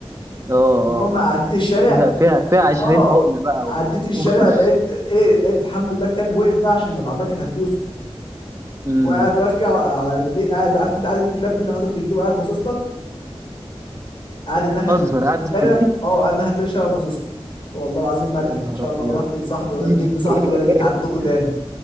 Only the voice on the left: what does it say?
المهم عديت
الشارع
اه
عديت
الشارع لقيت ايه لقيت الحمد لله الكلب وقف بقى عشان العربيه كانت هتدوسه
وقاعد واقف كده على رجليه قاعد عارف انت قعدة الكلاب دي اللي حاطط رجليه وقاعد باصص لك قاعد الناحية التانية
في
الشارع آه قاعد الناحية التانية في الشارع باصص لي قلت له والله العظيم ما أرجع
إن شاء الله
ما رُحت لصاحبي ولا
لجد صاحبي ولا جيت عندكم تاني